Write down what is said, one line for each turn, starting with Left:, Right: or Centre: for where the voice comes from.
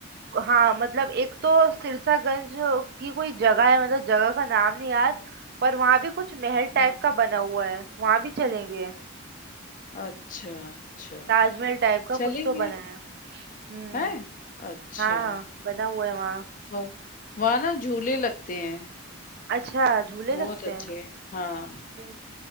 Right: हाँ मतलब एक तो सिरसागंज की कोई जगह है मतलब जगह का नाम नहीं याद पर वहाँ भी कुछ महल
Left: हम्म,
Right: टाइप का बना हुआ है वहाँ भी चलेंगे
Left: अच्छा अच्छा
Right: ताजमहल टाइप का
Left: चलेंगे
Right: कुछ तो बना है हम्म
Left: हैं अच्छा
Right: हाँ बना हुआ है वहाँ
Left: वह- वहाँ ना झूले लगते हैं
Right: अच्छा झूले
Left: बहुत
Right: लगते
Left: अच्छे
Right: हैं
Left: हाँ
Right: ओ